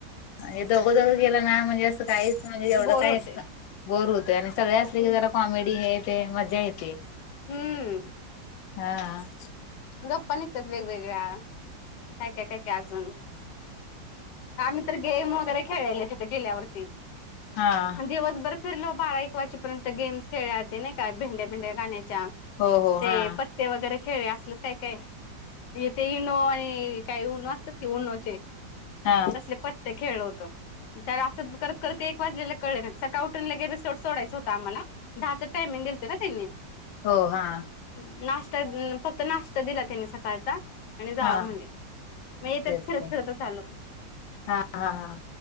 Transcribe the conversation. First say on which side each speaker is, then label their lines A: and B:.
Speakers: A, on the left; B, on the left.
A: हे दोघ दोघ गेलं ना म्हणजे असं काहीच म्हणजे एवढं
B: बोर
A: काय
B: होते
A: बोर होतंय आणि. सगळे असले
B: हम्म
A: की जरा कॉमेडी हे ते मज्जा येते.
B: हम्म,
A: हा,
B: गप्पा निघतात वेगवेगळ्या काय काय काय काय अजून आम्ही तर गेम वगैरे खेळलेले तिथे गेल्यावरती
A: हा
B: मग दिवसभर फिरलो बारा एक वाजेपर्यंत गेम्स खेळल्या ते नाय का भेंड्या भिंड्या गाण्याच्या
A: हो हो
B: ते
A: हा
B: पत्ते वगैरे खेळले असलच काय काय ते इनो आणि काय उनो असतात की उनोचे
A: हा
B: तसले पत्ते खेळलो होतो त्यात असं करत करत एक वाजलेलं कळलं नाही सकाळ उठून लगेच रिसोर्ट सोडायचं होतं. आम्हाला दहाच टायमिंग दिलतं ना त्यांनी
A: हो हा
B: ह नाश्ता अ फक्त नाश्ता दिला त्यांनी सकाळचा आणि जावा
A: हा
B: म्हणले मग येता
A: तेच
B: येता फिरत
A: ते
B: फिरतच आलो मग
A: हा हा हा